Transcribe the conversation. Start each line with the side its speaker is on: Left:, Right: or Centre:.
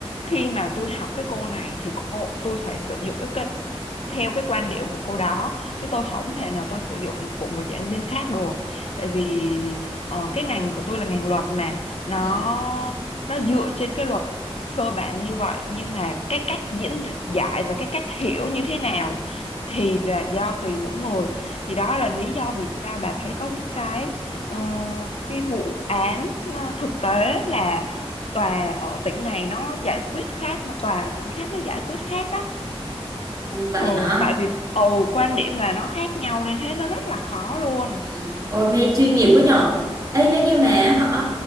Left: Khi mà tôi học cái cô này thì cô tôi phải sử dụng cái, cái theo cái quan điểm của cô đó chứ tôi không thể nào tôi sử dụng của một giảng viên khác được. Tại vì ờ, cái ngành của tôi là ngành luật mà nó
Right: Ừ,
Left: nó dựa trên cái luật cơ bản như vậy nhưng mà cái cách diễn giải và cái cách hiểu như thế nào thì là do tùy mỗi người. Thì đó là lý do vì sao bà thấy có những cái Ờ, cái vụ án ờ, thực tế là tòa ở tỉnh này nó giải quyết khác mà tòa ở tỉnh khác nó giải quyết khác đó.
Right: vậy
Left: Ừ,
Right: hả?
Left: tại vì ừ, quan điểm là nó khác nhau nên thế nó rất là khó luôn.
Right: Ừ. Ôi, nghe chuyên nghiệp quá nhở ấy nếu như mà họ